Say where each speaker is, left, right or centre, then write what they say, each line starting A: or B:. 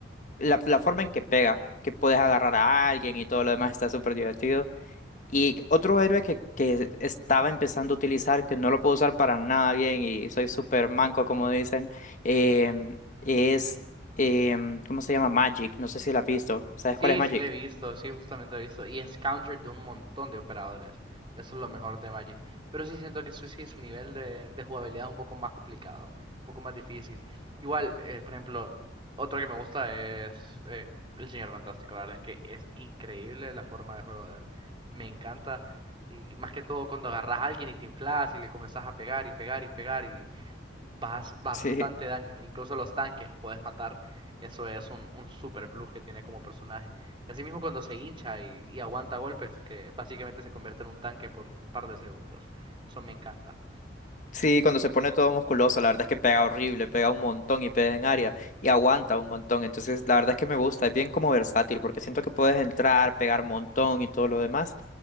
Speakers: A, on the left (about 40°); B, on the right (about 25°).
A: la, la forma en que pega, que puedes agarrar a alguien y todo lo demás está súper divertido. Y otro héroe que, que estaba empezando a utilizar, que no lo puedo usar para nada bien y soy súper manco, como dicen, em, es, em, ¿cómo se llama? Magic. No sé si la has visto. ¿Sabes
B: Sí,
A: cuál es Magic?
B: sí le he visto, sí, justamente he visto. Y es counter de un montón de operadores. Eso es lo mejor de Magic. Pero sí siento que su, sí, su nivel de, de jugabilidad es un poco más complicado, un poco más difícil. Igual, eh, por ejemplo, otro que me gusta es eh, el Señor Fantástico. La verdad es que es increíble la forma de juego de él. Me encanta. Y más que todo cuando agarras a alguien y te inflas y le comenzás a pegar y pegar y pegar y vas bastante
A: Sí,
B: daño. Incluso a los tanques los puedes matar Eso es un, un super plus que tiene como personaje. Y así mismo cuando se hincha y, y aguanta golpes, que básicamente se convierte en un tanque por un par de segundos. Eso me encanta.
A: sí, cuando se pone todo musculoso, la verdad es que pega horrible, pega un montón y pega en área y aguanta un montón. Entonces, la verdad es que me gusta, es bien como versátil porque siento que puedes entrar, pegar un montón y todo lo demás.